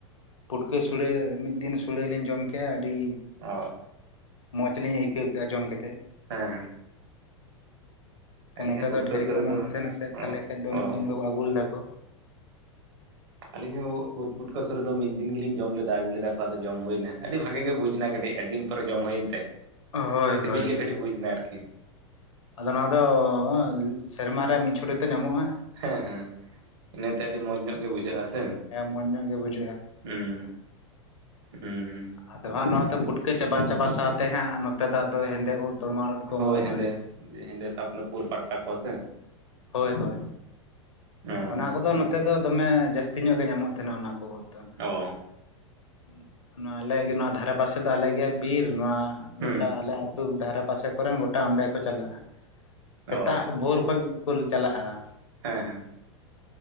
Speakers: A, on the left (about 75°); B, on the right (about 50°).
A: ᱯᱩᱴᱠᱟᱹ ᱥᱩᱲᱟᱹ ᱢᱤᱫ ᱫᱤᱱ ᱥᱩᱲᱟᱹ ᱞᱤᱧ ᱡᱚᱢ ᱠᱮᱫᱟ ᱟᱹᱰᱤ
B: ᱚ
A: ᱢᱚᱡᱽ ᱞᱤᱧ ᱟᱹᱭᱠᱟᱹᱣ ᱠᱮᱫᱼᱟ ᱡᱚᱢ ᱠᱟᱛᱮᱫ
B: ᱦᱮᱸ ᱦᱮᱸ
A: ᱛᱚ
B: ᱟᱹᱞᱤᱧ
A: ᱱᱚᱛᱮ
B: ᱦᱚᱸ ᱯᱩᱴᱠᱟᱹ
A: ᱫᱚ ᱰᱷᱮᱨ
B: ᱩᱛᱩ
A: ᱜᱮ
B: ᱨᱮᱫᱚ
A: ᱚᱢᱚᱱᱚᱜ ᱛᱟᱦᱮᱱᱟ ᱥᱮ
B: ᱚ
A: ᱛᱟᱦᱚᱞᱮ ᱠᱷᱟᱡ ᱫᱚ
B: ᱚ
A: ᱢᱤᱫ ᱫᱤᱱ ᱫᱚ ᱟᱹᱜᱩ ᱞᱮᱫᱟᱠᱚ
B: ᱟᱹᱞᱤᱧ ᱦᱚᱸ ᱩᱫ ᱯᱩᱴᱠᱟᱹ ᱥᱩᱨᱮ ᱫᱚ ᱢᱤᱫ ᱫᱤᱱ ᱜᱮᱞᱤᱧ ᱡᱚᱢ ᱞᱮᱫᱟ ᱟᱹᱜᱩ ᱞᱮᱫᱟ ᱠᱚ ᱟᱫᱚ ᱡᱚᱢ ᱦᱩᱭᱱᱟ ᱟᱹᱰᱤ ᱵᱷᱟᱜᱮ ᱜᱮ ᱵᱩᱡᱽ ᱮᱱᱟ ᱠᱟᱹᱴᱤᱡ ᱟᱰᱤᱫᱤᱱ ᱛᱚ ᱨᱮ ᱡᱚᱢ ᱦᱩᱭᱮᱱ ᱛᱮ
A: ᱦᱳᱭ
B: ᱥᱤᱵᱤᱞ
A: ᱦᱳᱭ
B: ᱜᱮ ᱠᱟᱹᱴᱤᱡ ᱵᱩᱡᱽ ᱮᱱᱟ ᱟᱨᱠᱤ
A: ᱟᱫᱚ ᱱᱚᱣᱟ ᱫᱚ ᱥᱮᱨᱢᱟ ᱨᱮ ᱢᱤᱫ ᱪᱷᱚᱴ ᱜᱮᱛᱚ ᱧᱟᱢᱚᱜᱼᱟ
B: ᱦᱮᱸ ᱦᱮᱸ ᱤᱱᱟᱹᱛᱮ ᱟᱹᱰᱤ ᱢᱚᱸᱡᱽ ᱧᱚᱜ ᱜᱮ ᱵᱩᱡᱷᱟᱹᱜᱼᱟ ᱥᱮ
A: ᱦᱮᱸ ᱢᱚᱸᱡᱽ ᱧᱚᱜ ᱜᱮ ᱵᱩᱡᱷᱟᱹᱜᱼᱟ
B: ᱦᱮᱸ ᱦᱮᱸ
A: ᱟᱫᱚ ᱦᱟᱸᱜ ᱱᱚᱣᱟ ᱫᱚ ᱯᱩᱴᱠᱟᱹ ᱪᱟᱵᱟ ᱪᱟᱵᱟ ᱥᱟᱶ ᱛᱮ ᱦᱟᱸᱜ ᱱᱚᱛᱮ ᱫᱚ ᱟᱫᱚ ᱦᱮᱸᱫᱮ ᱩᱫ ᱛᱚᱨᱢᱟᱞ ᱩᱫ ᱠᱚ
B: ᱦᱳᱭ
A: ᱚᱢᱚᱱᱚᱜᱼᱟ
B: ᱦᱮᱸᱫᱮ ᱦᱮᱸᱫᱮ ᱛᱟᱯᱚᱨᱮ ᱯᱩᱨ ᱯᱟᱴᱠᱟ ᱠᱚ ᱥᱮ
A: ᱦᱳᱭ ᱦᱳᱭ
B: ᱦᱩᱸ
A: ᱚᱱᱟ ᱠᱚᱫᱚ ᱱᱚᱛ ᱱᱚᱛᱮᱫ ᱫᱚᱢᱮ ᱡᱟᱹᱥᱛᱤ ᱧᱚᱜ ᱜᱮ ᱧᱟᱢᱚᱜ ᱛᱟᱦᱮᱱᱟ ᱚᱱᱟ ᱠᱚ ᱫᱚ ᱳᱫ ᱫᱚ
B: ᱚ
A: ᱦᱩᱸ ᱱᱚᱣᱟ ᱟᱞᱮᱜᱮ ᱱᱚᱣᱟ ᱫᱷᱟᱨᱮ ᱯᱟᱥᱮ ᱫᱚ ᱟᱞᱮᱜᱮ ᱵᱤᱨ ᱱᱚᱣᱟ
B: ᱦᱩᱸ
A: ᱜᱚᱴᱟ ᱟᱞᱮ ᱟᱹᱛᱩ ᱫᱷᱟᱨᱮ ᱯᱟᱥᱮ ᱟᱠᱚᱨᱮᱱ ᱜᱚᱴᱟ ᱚᱸᱰᱮ ᱠᱚ ᱪᱟᱞᱟᱜᱼᱟ ᱥᱮᱛᱟᱜ
B: ᱚ
A: ᱵᱷᱳᱨ ᱠᱷᱚᱡ ᱠᱚ ᱪᱟᱞᱟᱜᱼᱟ
B: ᱦᱮᱸ ᱦᱮᱸ